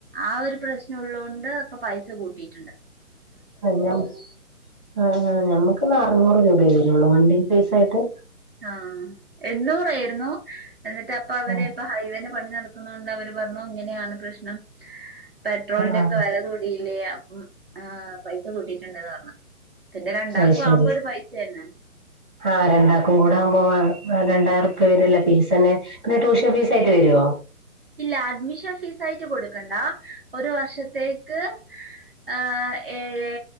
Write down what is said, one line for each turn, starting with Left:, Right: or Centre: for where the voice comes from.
Right: ആ ഒരു പ്രശ്ന ഉള്ളോണ്ട് പ്പൊ പൈസ കൂട്ടീയിട്ടുണ്ട്.
Centre: ഞമ്മ ആ ഞമ്മക്ക്ന്ന് അറുനൂറ് രൂപ വരുള്ളൂ വണ്ടി ഫീസായിട്ട്.
Right: ആഹ്, എണ്ണൂറേര്ന്നു എന്നിട്ട് അപ്പൊ അവരെപ്പ
Centre: ആഹ്
Right: ഹൈവേന്റെ പണി നടക്കുന്നോണ്ട് അവര് പറഞ്ഞു, ഇങ്ങനെയാണ് പ്രശ്നം പെട്രോളിന്റെ
Centre: ആഹ്
Right: ഒക്കെ വെലകൂ ല്ലേ അപ്പം ആഹ് പൈസ കൂട്ടിയിട്ടുണ്ട് പർഞ്ഞു. പിന്നെ രണ്ടാക്കാവുമ്പോ
Centre: അത് ശരി
Right: ഒരു പൈസന്നെ.
Centre: ആഹ് രണ്ടാക്കും കൂടാകുമ്പോ രണ്ടായിരുർപ്യ വര്ല്ലേ ഫീസന്നെ. പിന്നെ ട്യൂഷൻ ഫീസായിട്ട് വരൂഓ?
Right: ഇല്ല, അഡ്മിഷൻ ഫീസായിട്ട് കൊടുക്കണ്ട ഒരു വർഷത്തേക്ക് ആഹ് ഏഴേ